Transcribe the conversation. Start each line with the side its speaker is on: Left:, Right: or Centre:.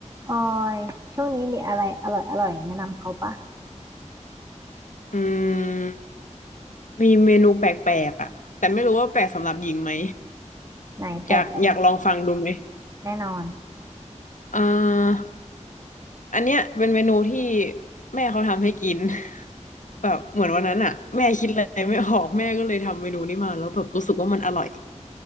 Right: ออยช่วงนี้มีอะไรอร่อยอร่อยแนะนำเขาปะ
Left: อืมมีเมนูแปลกๆอ่ะแต่ไม่รู้ว่าแปลกสำหรับหญิงไหม
Right: ไหนแบบประมาณ
Left: อยากอยากลองฟังดูไหม
Right: แน่นอน
Left: อ่าอันเนี้ยเป็นเมนูที่แม่เขาทำให้กิน <laughs> แบบเหมือนวันนั้นอ่ะแม่คิดอะไรไม่ออกแม่ก็เลยทำเมนูนี้มาแล้วแบบรู้สึกว่ามันอร่อย